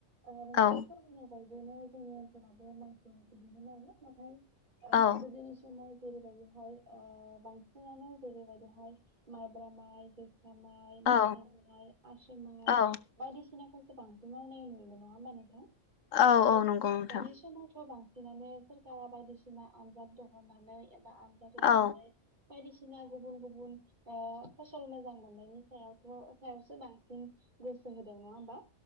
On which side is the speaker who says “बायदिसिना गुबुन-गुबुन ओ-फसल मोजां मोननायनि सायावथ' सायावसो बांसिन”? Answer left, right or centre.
Right